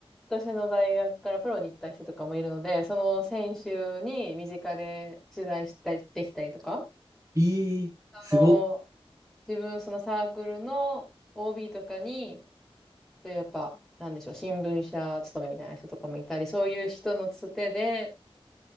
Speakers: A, in the centre; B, on the right.
A: 私の大学からプロに行った人とかもいるので、その選手に身近で取材したりできたりとか、
B: えー、
A: あの、
B: すごっ。
A: 自分そのサークルの OB とかに、そういうやっぱ、なんでしょう、新聞社勤めみたいな人とかもいたり、そういう人のつてで、